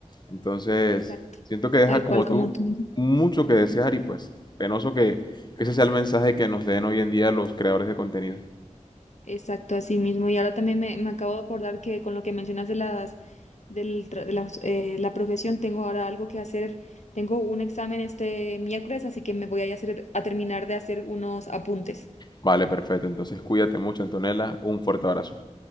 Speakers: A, on the left; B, on the left.
A: Entonces,
B: Exacto,
A: siento que deja
B: tal
A: como
B: cual como
A: tú
B: tú.
A: mucho que desear y pues penoso que, que ese sea el mensaje que nos den hoy en día los creadores de contenido.
B: Exacto, así mismo. Y ahora también me, me acabo de acordar que con lo que mencionas de las del tra- de las, eh, la profesión, tengo ahora algo que hacer. Tengo un examen este miércoles, así que me voy a ir a hacer a terminar de hacer unos apuntes.
A: Vale, perfecto. Entonces cuídate mucho, Antonella. Un fuerte abrazo.